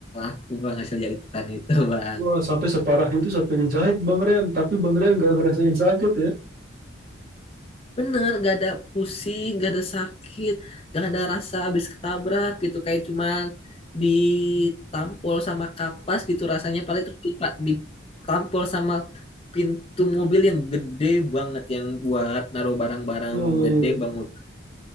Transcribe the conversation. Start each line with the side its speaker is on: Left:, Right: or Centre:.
Left: aku bang hasil jahitan itu bang
Right: Wah, sampai separah itu sampai dijahit Bang Rian. Tapi Bang Rian gak ngerasain sakit ya. <laughs>
Left: Bener, gak ada pusing, gak ada sakit, gak ada rasa habis ketabrak gitu. Kayak cuman ditampol sama kapas gitu rasanya. Paling terus dipa- ditampol sama pintu mobil yang gede banget. Yang buat naruh barang-barang
Right: Wah, wah,
Left: gede banget.